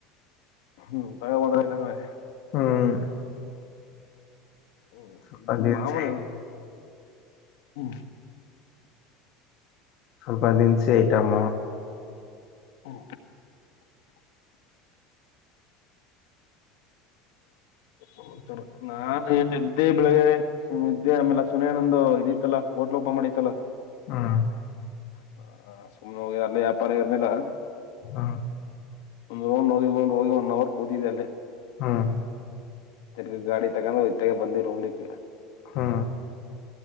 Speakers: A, on the left (about 85°); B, on the left (about 55°).
A: ಹ್ಮ್ ತಕೊಬಂದ್ರ ಎಲ್ಲಾನುವೆ
B: ಹ್ಮ್
A: ಹ್ಮ್
B: ಸ್ವಲ್ಪ
A: ಇದು
B: ದಿನಸಿ
A: ಮಾಮೂಲ್ ಹ್ಮ
B: ಸ್ವಲ್ಪ ದಿನಸಿ ಐಟಂ
A: ಹ್ಮ ಹು ನಾನ ಇದ್ದೆ ಬೆಳಿಗ್ಗೆ ಸುಮ ಇದ್ದೆ ಆಮೇಲೆ ಸುನಿ ಅಣ್ಣಾದು ಇದಿತ್ತಲ್ಲಾ ಹೋಟ್ಲು ಓಪನ್ ಮಾಡಿತಲ್ಲ
B: ಹ್ಮ
A: ಹ ಸುಮ್ನೆ ಹೋಗಿ ಅಲ್ಲಿ ವ್ಯಾಪಾರ ಇರ್ನಿಲ್ಲ
B: ಹ
A: ಒಂದ್ ರೌಂಡ್ ಹೋಗಿ ಬಂದ್ ಹೋಗಿ ಬಂದ್ ಒನ್ ಹೌರ ಕೂತಿದ್ದೆ ಅಲ್ಲೇ
B: ಹ್ಮ್
A: ತಿರ್ಗ ಗಾಡಿ ತಕೊಂಡುಈತಗ್ಗೆ ಬಂದಿ ರೂಮ್ಲಿದಿಕ್ಕೆ
B: ಹಾ